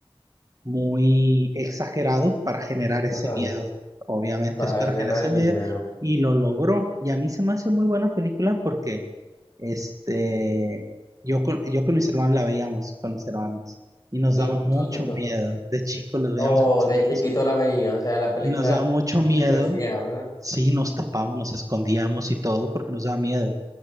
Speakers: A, on the right; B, on the left.
A: muy exagerados para generar ese
B: Ajá,
A: miedo. Obviamente
B: para
A: es para
B: generar
A: generar ese
B: el
A: miedo
B: miedo.
A: y lo logró. Y a mí se me hace muy buena película porque este, yo con, yo con mis hermanos la veíamos, con mis hermanos, y nos
B: Tú-
A: daba
B: Entonces,
A: mucho
B: co-
A: miedo. De chicos los
B: oh,
A: veíamos con mis
B: de
A: hermanos
B: chiquito la veía, o sea, la película,
A: y nos daba mucho
B: la
A: miedo.
B: película es vieja, ¿verdad?
A: Sí, nos tapamos, nos escondíamos y todo porque nos daba miedo.